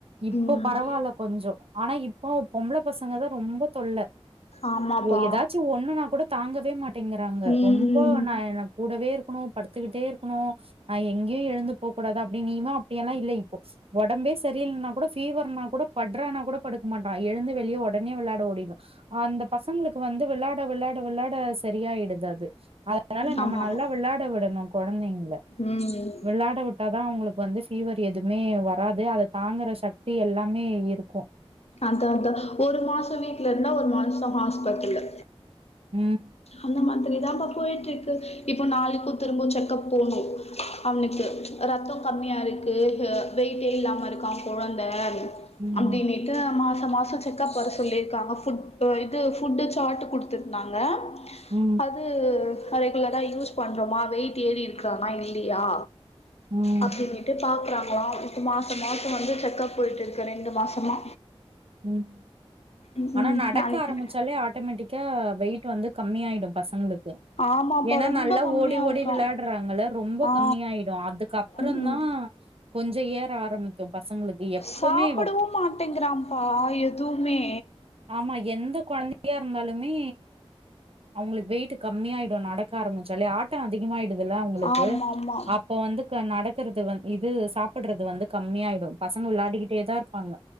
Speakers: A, on the right; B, on the left.
A: இப்ப
B: ம்
A: பரவாயில்ல கொஞ்சம் ஆனா இப்ப பொம்பள பசங்க தான் ரொம்ப தொல்ல
B: ஆமாப்பா
A: ஓ ஏதாச்சும் ஒண்ணுனா கூட தாங்க வே மட் டங்கறாங்க
B: ம்
A: ரொம்ப நா நா கூடவே அ படுத் கத்துக்கிட்டே இருக்கணும் ஆஹ் எங்கேயும் எழுந்து போ கூடாத அப்படி நீமா அப்படியெல்லாம் இல்ல இப்போ ஒடம்பே சரியில்னா கூட பீவர்னா கூட படுறனா கூட படுக்க மாட்டா எழுந்து வெளியே உடனே விளாட ஓடிரு அந்த பசங்களுக்கு வந்து வெளாட வெளாட விளாட ஹா சரியாயிடுது அது அதனால நம்ம
B: ஆமா
A: நல்லா
B: ஆமா
A: வெளாட விடணும் கொழந்தைங்கள
B: ம்
A: விளாட விட்டாதான் அவங்களுக் வந்து ஃபீவர் எதுவுமே வராது அத தாங்குற சக்தி எல்லாமே இருக்கும்
B: அதா அதா ஒரு மாசம் வீட்டுல இருந்தா ஒரு மாசம் ஹாஸ்பிட்டலு
A: உம்
B: அந்த மாதிரி தான்ப்ப போயிட்டு இருக்கு இப்போ நாளைக்கும் திரும்ப செக்கப் போணும் அவனுக்கு ரத்தம் கம்மியா இருக்கு அ வெயிட்டே இல்லாம இருக்கான் கொழந்த
A: ம்.
B: அப்படின்னிட்டு அமா அந்த மாசம் செக்கப் வர சொல்லிருக்காங்க ஃபுட் அ இது ஃபுட்டு சார்ட் குடுத்திருந்தாங்க
A: ம்.
B: அது அது ரெகுலராக யூஸ் பண்றோமா வெயிட் ஏறி இருக்கிறானா இல்லையா
A: ம்,
B: அப்படின்னுட்டு பாக்குறாங்களாம் இப்ப மாசம் மாசம் வந்து செக்கப் போயிட்டு இருக்கேன் ரெண்டு மாசமா
A: உம்
B: ம்
A: ஆனா
B: ம்
A: நடக்க
B: நாளைக்கு
A: ஆரம்பிச்சாலே ஆட்டோமேட்டிக்கா வெயிட் வந்து கம்மி ஆய் ப பசங்களுக் கு
B: ஆமாப்பா
A: ஏன்னா
B: ரொம்ப
A: நல்லா
B: கம்மியா
A: ஓடி ஓடி
B: இருக்கான்
A: விளயாடுறாங்கல ரொம்ப
B: ஆ
A: கம்மியாயிடும் அதுக்கப்புறம்தான்
B: ம் ம்
A: கொஞ்சம் ஏற ஆரம்பிக்கும் பசங்களுக்கு எப்பவுமே
B: சாப்பிடவு
A: வ
B: மாட்டேங்கிறான்ப்பா எதுவுமே
A: ஆமா எந்த கொழந்தையா இருந்தாலும் மே அவங்களுக்கு வெயிட் கம்மியாயிடும் நடக்க ஆரம்பிச்சாலே ஆட்டம் அதிகமாயிடும் துல்ல அங்களுக்கு
B: ஆமா ஆமா
A: அப்ப வந்து க நடக் க்குறது வந் இது சாப்பிடடுறது வந்து கம்மியாட் டு பசங்க விளாடிட்டே தான் வாங்க